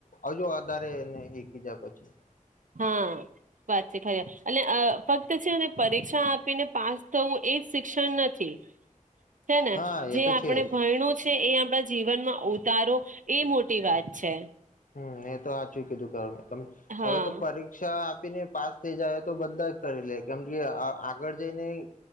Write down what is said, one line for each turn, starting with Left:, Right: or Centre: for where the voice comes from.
Left: હજુ વધારે એને એકી જાય પછી
Right: હા વાત છે ખરી. એટલે અ ફક્ત છે ને પરીક્ષા આપીને પાસ થવું એજ શિક્ષણ નથી. તેમજ
Left: હા
Right: જે
Left: એ તો
Right: આપણે
Left: છે જ
Right: ભયનું છે. એ આપણા જીવનમાં ઉતારો એ મોટી વાત છે.
Left: હમ્મ એ તો આ હાચુ કીધું તમે.
Right: હા
Left: હવે તો પરીક્ષા પાસ થઈ જાય તો બધા જ કરી લે કેમ કે આગળ જઈને